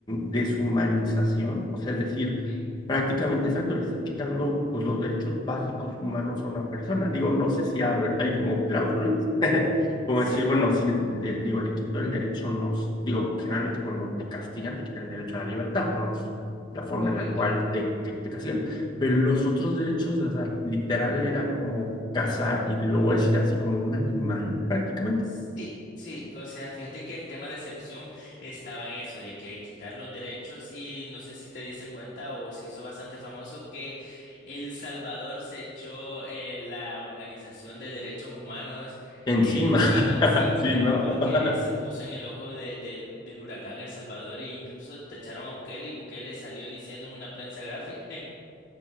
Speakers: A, on the left; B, on the left.
A: deshumanización, o sea, es decir,
B: Sí,
A: prácticamente exacto, le estás quitando, pues, los derechos básicos humanos a una persona. Digo, no sé si haber- hay como cláusulas, <laughs> como
B: sí,
A: decir, bueno, si le, digo, le quito el derecho, no, s- digo, generalmente cuando te castigan, te quitan el derecho a la libertad, no es la forma
B: correcto.
A: en la cual te, te, te castigan pero los otros derechos, o sea, literal era como cazar, y lo voy a decir así, como un animal prácticamente.
B: Sí, sí, o sea, fíjate que el tema de excepción estaba en eso, de que quitar los derechos y no sé si te diste cuenta o se hizo bastante famoso que El Salvador se echó eh, la Organización de Derechos Humanos
A: Encima.
B: eh, encima,
A: <laughs>
B: sí, correcto,
A: Sí, ¿no?
B: porque
A: <laughs>
B: se puso en el ojo de- del del huracán El Salvador e incluso tacharon a Bukele y Bukele salió diciendo en una prensa gráfica,